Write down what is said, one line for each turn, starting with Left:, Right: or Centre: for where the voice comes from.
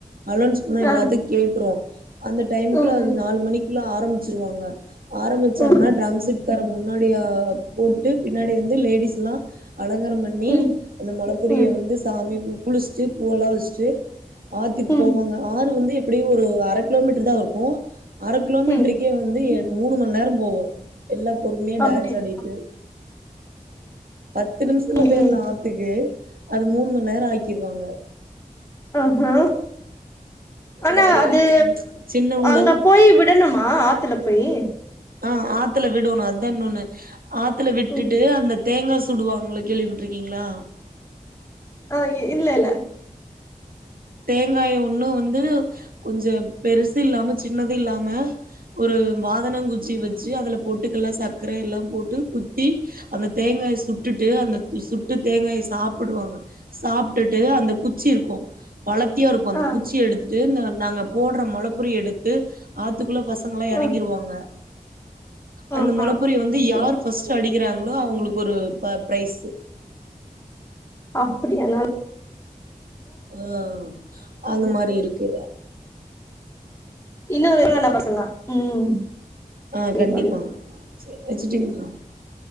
Right: அலோன்ஸ் பண்ணா
Left: ஆ
Right: எல்லாத்துக் கேட்ரூ அந்த டைம்குல
Left: ம் ம்
Right: நாலு மணிக் க்லா ஆரம்ச்சிருவாங்க ஆரம்பிச் ச்சாங்னா
Left: ம்
Right: ட்ரம்ஸிட் காரங் முன்னாடியா போட்டு பின்னாடி வந்து லேடிஸுல்லா அலங்காரம் பண்ணீ
Left: ம்
Right: அந்த மொலப்
Left: ம்
Right: புரியெ வந்து சாமி கு குளிஷ்ட்டு பூவெலா வெஷ்ட்டு ஆத்துக்கு
Left: ம்
Right: போவாங்க ஆறு வந்து எப் ப்டியு ஒர அர கிலோமிட்ரு தாருக்கூ அர கிலோமிட்ருக்கே
Left: ம்
Right: வந்து எ மூணு மண்நேரம் கூ எல்லா பொறும்யா
Left: அப்டியா
Right: டேன்ஸ் ஆடிட்டு பத்து நிமிஷத்துல
Left: ம்
Right: பெய்ரலா
Left: ம்
Right: ஆத்துக்கு அது மூண் மணி நேரொ ஆக்கிருவாங்க
Left: ஆஹா ஆனா
Right: வய
Left: அது
Right: சின்னவங்கள
Left: அங்க போய் விடணுமா ஆத்துல பொயி
Right: ஆ ஆத்துல விடொணு அதா இன்னொண்ணு ஆத்துல விட்டுட்டு
Left: ம்
Right: அந்த தேங்கா சுடுவாங்ள கேள்வி பட்ருக்கிங்ளா
Left: ஆஹ் இ இல்லைல்ல
Right: தேங்காய ஒண்ணு வந்து கொஞ்சொ பெருசு இல்லாம சின்னது இல்லாம ஒரு வாத் தெனங்குச்சி வச்சி அதுல பொட் டுக்கல சக்கரெ எல்லாம் போட்டு குத்தி அந்த தேங்காய சுட்டுட்டு அந்த சுட்டு தேங்காயை சாப்புடுவாங்க சாப்டுட்டு அந்த குச்சி இருக்கு வளத்தியா இருக்கு அந்த
Left: ஆ
Right: குச்சிய எடுத்துட்டு இந்த நாங்க போடுற முளப்புரிய எடுத்து ஆத் பத்துக்குள்ள பசங்களா இறங்கிருவாங்க
Left: ஆ ஆ
Right: அந்த மொல
Left: ஆ
Right: பரிய வந்து
Left: அப்டியா
Right: யார் ஃபர்ஸ்ட்ட் அடிக்கிறாங்க அவுங்களுக்கு ஒரு ப ப்ரைஸு
Left: அப்டியானால்
Right: ஆ ஆஹ அந்த மாரி இருக்கு
Left: இன்னு ஒரு <unintelligible> நம்பர் சொல்லலா ம்
Right: அ
Left: செரி
Right: கண்டிப்பா
Left: தோழி
Right: வச்சிட்டிங்ளா